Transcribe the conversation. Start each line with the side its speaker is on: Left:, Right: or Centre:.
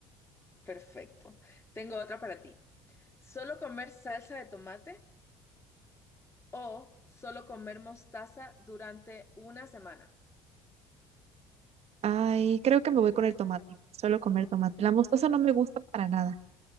Left: Perfecto. Tengo otra para ti. ¿Solo comer salsa de tomate o solo comer mostaza durante una semana?
Right: Ay, creo que me voy con el tomate. Solo comer tomate. La mostaza no me gusta para nada.